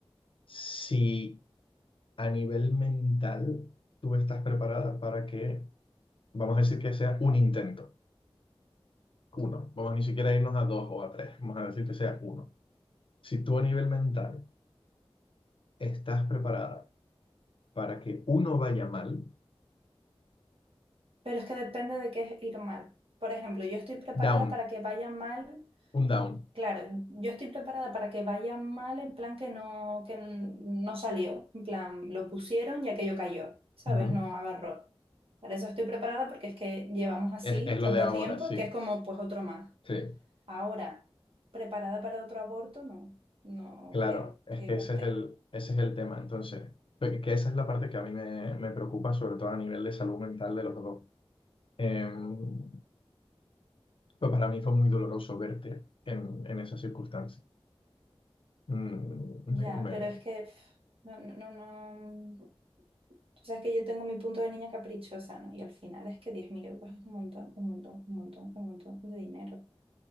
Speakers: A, on the left; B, on the right.
A: si a nivel mental tú estás preparada para que, vamos a decir que sea un intento, uno. Vamos a ni siquiera a irnos a dos o a tres, vamos a decir que sea uno Si tú a nivel mental estás preparada para que uno vaya mal,
B: Pero es que depende de qué es ir mal. Por ejemplo, yo estoy preparada
A: down,
B: para que vaya mal
A: un down.
B: Claro, yo estoy preparada para que vaya mal en plan que no, que no salió, en plan lo pusieron y aquello cayó, ¿sabes?
A: Ujú.
B: No agarró. Para eso estoy preparada porque es que llevamos así
A: Es, es lo
B: tanto
A: de ahora,
B: tiempo
A: sí.
B: que es como pues otro más.
A: Sí,
B: Ahora, preparada para otro aborto, no, no
A: claro.
B: creo
A: Es
B: que
A: que
B: lo
A: ese
B: esté.
A: es el, ese es el tema. Entonces, que que esa es la parte que a mí me, me preocupa, sobre todo a nivel de salud mental de los dos. Em, pues para mí fue muy doloroso verte en, en esa circunstancia. Mm, me,
B: Ya,
A: me-
B: pero es que pf, no, no, no, no. Tú sabes que yo tengo mi punto de niña caprichosa, ¿no? Y al final es que 10.000 euros es un montón, un montón, un montón, un montón de dinero